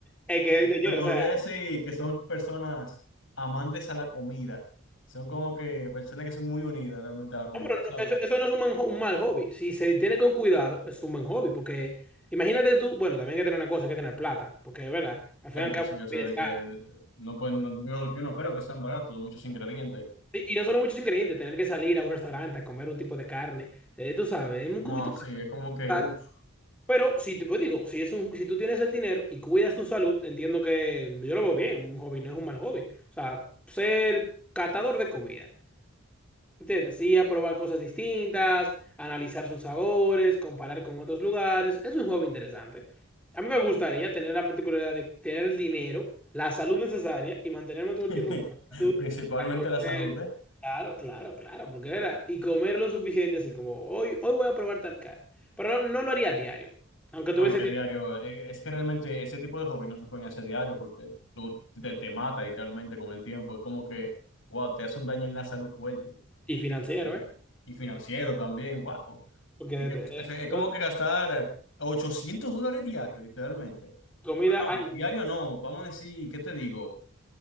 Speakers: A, in the centre; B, on the left.
A: es que digo yo,
B: Te podría
A: o sea,
B: decir que son personas amantes a la comida. Son como que personas que son muy unidas realmente a la comida,
A: no, pero no,
B: ¿sabes?
A: eso, eso no es un, man- un mal hobby. Si se tiene con cuidado, es un buen hobby. Porque imagínate tú, bueno, también hay que tener una cosa, hay que tener plata. Porque, ¿verdad? Al fin
B: Ya
A: y
B: entre
A: al cabo,
B: sí,
A: la
B: o
A: comida
B: sea, de
A: es cara.
B: que no pueden, no, yo, yo no creo que sean baratos, muchos ingredientes.
A: Sí, Y no son muchos ingredientes, tener que salir a un restaurante a comer un tipo de carne. eh, tú sabes, es un
B: No,
A: cubito
B: sí, es como que,
A: caro.
B: uff,
A: Pero si te pues digo, si es un, si tú tienes el dinero y cuidas tu salud, entiendo que yo lo veo bien. Un hobby no es un mal hobby. O sea, ser catador de comida. ¿Entiendes? Sí, a probar cosas distintas, analizar sus sabores, comparar con otros lugares. Es un juego interesante. A mí me gustaría tener la particularidad de tener el dinero, la salud necesaria y mantenerme todo
B: <laughs>
A: el tiempo con salud.
B: principalmente
A: a correr.
B: la salud, ¿eh?
A: Claro, claro, claro, porque era, y comer lo suficiente, así como hoy, hoy voy a probar tal carne. Pero no, no lo haría a diario, aunque
B: No,
A: tuviese
B: que
A: tiempo
B: diario, eh, es que realmente ese tipo de hobby no se pueden hacer diario porque tú te, te mata literalmente con el tiempo. Es como que, wow, te hace un daño en la salud fuerte.
A: y financiero,
B: ¿no?
A: ¿eh?
B: Y financiero también, wow.
A: Porque
B: Y que-
A: eh,
B: Es es como
A: yo-
B: que gastar eh, 800 dólares diarios, literalmente.
A: comida, ay, no,
B: Diario no, vamos a decir, ¿qué te digo?